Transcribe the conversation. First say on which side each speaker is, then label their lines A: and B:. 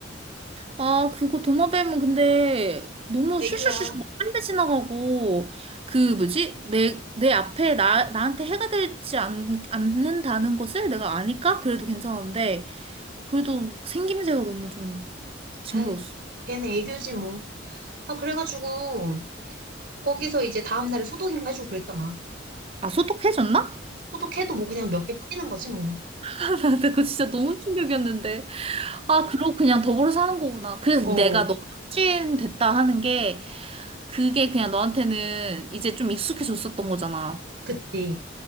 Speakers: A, on the right (about 30°); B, on the right (about 60°).
A: 아 그거 도마뱀은 근데 너무
B: 애교야.
A: 슈슈슈슈 막 빨리 지나가고 그 뭐지 내 내 앞에 나 나한테 해가 되지 않, 않는다는 것을 내가 아니까 그래도 괜찮은데 그래도 생김새가 너무 좀 징그러웠어.
B: 아휴, 걔는 애교지 뭐. 아, 그래가지고, 거기서 이제 다음날에 소독인가 해주고 그랬잖아.
A: 아, 소독해졌나
B: 소독해도 뭐 그냥 몇 개 뿌리는 거지 뭐.
A: <laughs> 근데 그거 진짜 너무 충격이었는데. 아, 그러고 그냥 더불어 사는 거구나. 그래서
B: 어,
A: 내가 너무 찐됐다 하는 게, 그게 그냥 너한테는 이제 좀 익숙해졌었던 거잖아.
B: 그치.